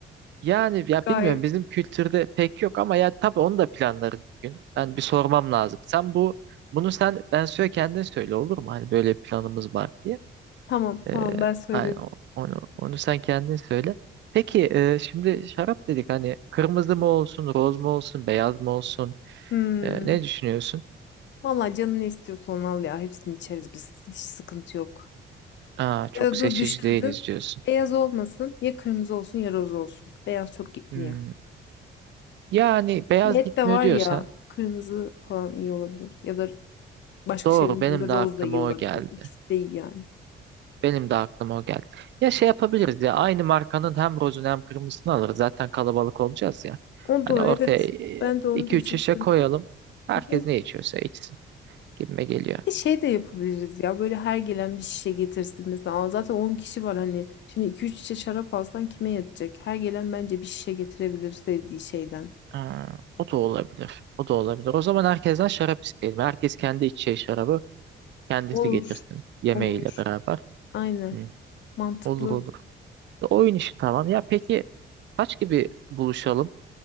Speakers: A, on the right; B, on the left.
A: Yani ya
B: Gayet.
A: bilmiyorum bizim kültürde pek yok ama ya tabii onu da planlarız bir gün. Ben bir sormam lazım. Sen bu bunu sen ben söyle kendin söyle olur mu? Hani böyle bir planımız var diye.
B: Tamam
A: Ee,
B: tamam ben söyledim.
A: hani o- onu onu sen kendin söyle. Peki e, şimdi şarap dedik hani kırmızı mı olsun, roz mu olsun, beyaz mı olsun?
B: Hmm.
A: Ee, ne düşünüyorsun?
B: Vallahi canın ne istiyorsa onu al ya. Hepsini içeriz biz. Hiç sıkıntı yok.
A: Aa, çok
B: Ya da
A: seçici
B: dur düşündüm.
A: değiliz diyorsun.
B: Beyaz olmasın. Ya kırmızı olsun ya roz olsun. Beyaz çok gitmiyor.
A: Hmm. Yani beyaz
B: Et
A: gitmiyor
B: de var
A: diyorsan
B: ya. Kırmızı falan iyi olabilir. Ya da başka
A: doğru
B: şeylerin
A: benim
B: yanında
A: de
B: roz
A: aklıma
B: da iyi olabilir.
A: o geldi.
B: İkisi de iyi yani.
A: Benim de aklıma o geldi. Ya şey yapabiliriz ya aynı markanın hem rozunu hem kırmızısını alırız. Zaten kalabalık olacağız ya.
B: O
A: Hani
B: da
A: ortaya
B: evet. Ben de onu
A: iki
B: diyecektim.
A: üç şişe koyalım. Herkes
B: Hı hı.
A: ne içiyorsa içsin gibime geliyor.
B: Bir de şey de yapabiliriz ya böyle her gelen bir şişe getirsin mesela Aa, zaten 10 kişi var hani şimdi iki üç şişe şarap alsan kime yetecek? Her gelen bence bir şişe getirebilir sevdiği şeyden.
A: Ha, o da olabilir. O da olabilir. O zaman herkesten şarap isteyelim. Herkes kendi içeceği şarabı kendisi
B: Olur.
A: getirsin yemeğiyle
B: Olur.
A: beraber.
B: Aynen
A: Hı,
B: mantıklı.
A: olur olur. E, Oyun işi tamam. Ya peki kaç gibi buluşalım?